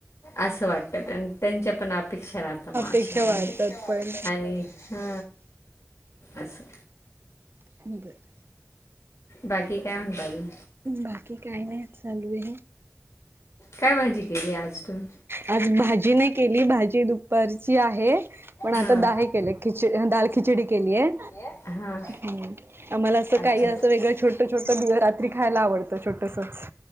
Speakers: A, on the left; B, on the right.
A: असं वाटतं त्यांच्या पण अपेक्षा राहत तमाशला
B: अपेक्षा वाढतात पण
A: आणि ह असं.
B: बरं
A: बाकी काय म्हणता अजून.
B: बाकी काही नाही चालू आहे.
A: काय भाजी केली आज तुम्ही?
B: आज भाजी नाही केली भाजी दुपारची आहे पण आता
A: हा
B: दहा एक खिच दाल खिचडी केली आहे
A: दाल हा
B: हम्म आम्हाला असं
A: अच्छा
B: काही अस <unintelligible> वेगळ छोट छोट <unintelligible> रात्री खायला आवडतं छोटसच.